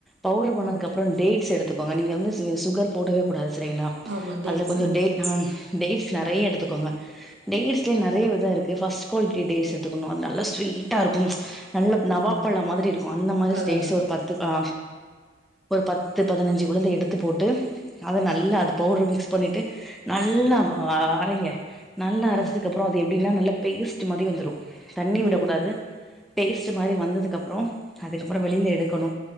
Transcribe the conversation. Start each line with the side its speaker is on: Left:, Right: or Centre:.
Centre: பவுடர் பண்ணதுக்கு
Right: ஓகே.
Centre: அப்புறோ டேட்ஸ் எடுத்துக்கோங்க நீங்க வந்து சுகர் போடவே கூடாது சரிங்களா
Right: ஆமா டேட்ஸ்.
Centre: அதல கொஞ்சோ டே ஆ டேட்ஸ் நிறைய எடுத்துக்கோங்க டேட்ஸ்லயே நிறைய விதோ இருக்கு ஃபர்ஸ்ட் குவாலிட்டி டேட்ஸ் எடுத்துக்கணு அ நல்ல ஸ்வீட்டா இருக்கு நல்லா நவா
Right: ம்.
Centre: பழ மாதிரி இருக்கு அந்த மாதிரி
Right: கலர்
Centre: டேட்ஸ
Right: இருக்கும்.
Centre: ஒரு பத்து அ ஒரு பத்து பதினஞ்சு உழுந்த எடுத்து போட்டு அத நல்லா அது பவுடரு மிக்ஸ் பண்ணிட்டு நல்லா அரைங்க நல்லா அரைச்சதுக்கு
Right: ஓகே.
Centre: அப்புறோ அது எப்படின்னா நல்ல பேஸ்ட் மாதிரி வந்துடு தண்ணி
Right: ம்.
Centre: விடக்கூடாது பேஸ்ட் மாதிரி வந்ததுக்கப்புறோ ஆதுக்கப்புறோ வெளியில எடுக்கணு